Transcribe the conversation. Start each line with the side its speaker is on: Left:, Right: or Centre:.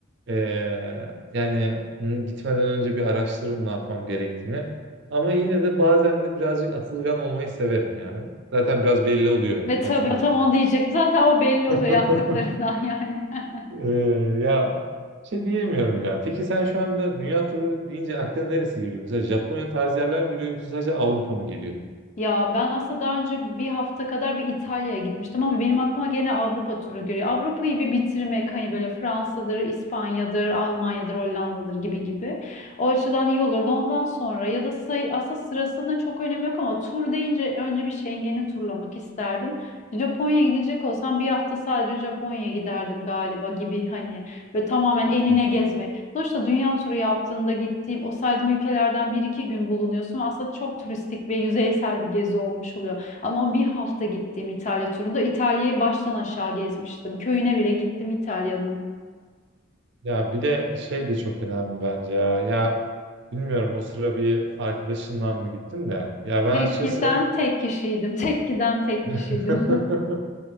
Right: Ee, yani hı, gitmeden önce bir araştırırım ne yapmam gerektiğini. Ama yine de bazen de birazcık atılgan olmayı severim yani. Zaten biraz belli oluyor
Left: Ve tabii
Right: konuşmalarım.
Left: tam onu diyecektim. Zaten o belli oluyor
Right: <laughs>
Left: yaptıklarından yani. <laughs>
Right: Ee, ya şey diyemiyorum ya. Peki sen şu anda dünya turu deyince aklına neresi geliyor? Mesela Japonya tarzı yerler mi geliyor yoksa sadece Avrupa mı geliyor?
Left: Ya ben aslında daha önce bir hafta kadar bir İtalya'ya gitmiştim ama benim aklıma gene Avrupa turu geliyor. Avrupa'yı bir bitirmek hani böyle Fransa'dır, İspanya'dır, Almanya'dır, Hollanda'dır gibi gibi. O açıdan iyi olurdu. Ondan sonra ya da sayı, aslında sırasında çok önemi yok ama tur deyince önce bir Schengen'i turlamak isterdim. Japonya'ya gidecek olsam bir hafta sadece Japonya'ya giderdim galiba gibi hani ve tamamen enine
Right: Hmm.
Left: gezmek. Sonuçta dünya turu yaptığında gittiğim o saydığım ülkelerden bir iki gün bulunuyorsun. ve Aslında çok turistik ve yüzeysel bir gezi olmuş oluyor. Ama bir hafta gittiğim İtalya turunda İtalya'yı baştan aşağı gezmiştim. Köyüne bile gittim İtalya'nın.
Right: Ya bir de şey de çok önemli bence ya. Ya bilmiyorum o sıra bir arkadaşınla mı gittin de. Ya ben
Left: Tek
Right: açıkçası
Left: giden tek kişiydim. Tek giden tek
Right: <laughs>
Left: kişiydim.